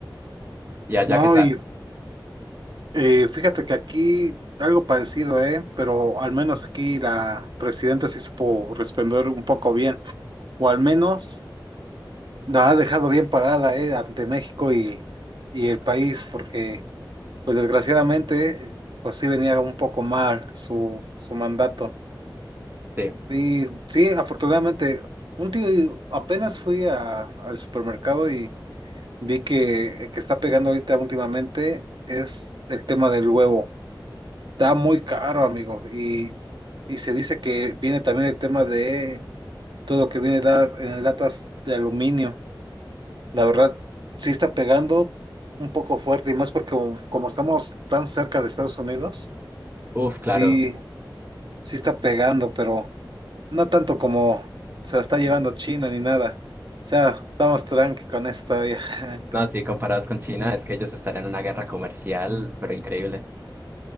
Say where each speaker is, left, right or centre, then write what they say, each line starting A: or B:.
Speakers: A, on the right (about 25°); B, on the right (about 70°).
A: Y allá,
B: No,
A: ¿qué tal?
B: y eh, fíjate que aquí algo parecido, ¿eh? Pero al menos aquí la presidenta se supo responder un poco bien. O al menos... La ha dejado bien parada, eh, ante México y, y el país, porque, pues desgraciadamente, pues sí venía un poco mal su, su mandato.
A: Sí.
B: Y sí, afortunadamente, un tío, apenas fui a, al supermercado y vi que el que está pegando ahorita últimamente es el tema del huevo. Está muy caro, amigo, y, y se dice que viene también el tema de todo lo que viene a dar en latas de aluminio. La verdad, sí está pegando un poco fuerte y más porque como, como estamos tan cerca de Estados Unidos,
A: Uf,
B: sí,
A: claro.
B: sí está pegando, pero no tanto como se la está llevando China ni nada. O sea, estamos tranqui con esto todavía. <laughs>
A: No, sí, comparados con China, es que ellos estarían en una guerra comercial, pero increíble.